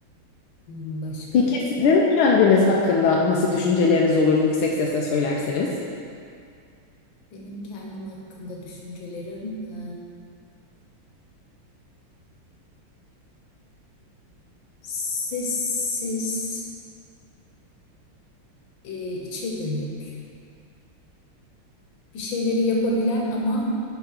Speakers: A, on the left (about 70°); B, on the left (about 80°).
A: Hmm, Başka
B: Peki sizin kendiniz hakkında nasıl düşünceleriniz olur yüksek sesle söylerseniz?
A: benim kendim hakkında düşüncelerim e, sessiz e, içe dönük, bir şeyleri yapabilen ama